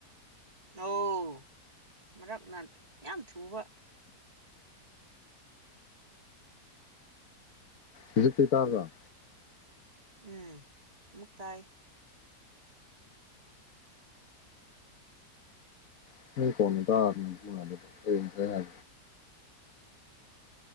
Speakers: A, on the right; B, on the left.
A: ꯑꯣꯧ ꯃꯔꯛꯅ ꯌꯥꯝ ꯊꯨꯕ
B: ꯍꯧꯖꯤꯛꯇꯤ ꯇꯥꯔꯗ
A: ꯎꯝ ꯑꯃꯨꯛ ꯇꯥꯏ
B: <inaudible> ꯃꯤ ꯀꯣꯅꯗꯔ ꯍꯥꯏ